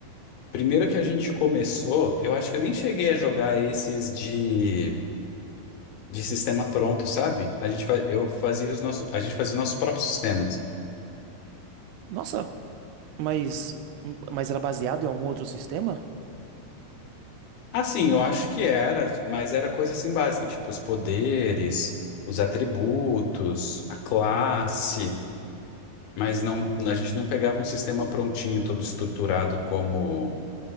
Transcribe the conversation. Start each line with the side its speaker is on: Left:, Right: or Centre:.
Left: primeiro que a gente começou, eu acho que eu nem cheguei a jogar esses de, de sistema pronto, sabe? A gente, fa- eu fazia os nossos, a gente fazia os nossos próprios sistemas.
Right: Nossa, mas, mas era baseado em algum outro sistema?
Left: Assim, eu acho que era, mas era coisa assim básica, tipo os poderes, os atributos, a classe. Mas não, a gente não pegava um sistema prontinho, todo estruturado como